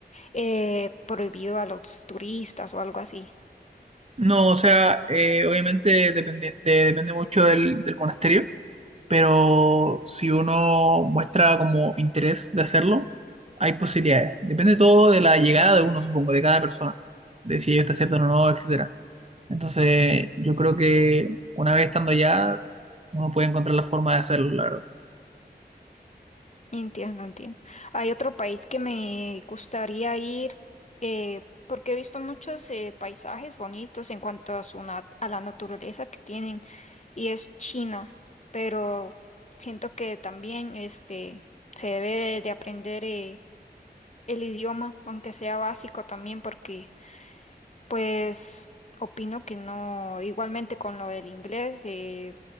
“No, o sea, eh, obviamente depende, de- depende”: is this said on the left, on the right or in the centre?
Right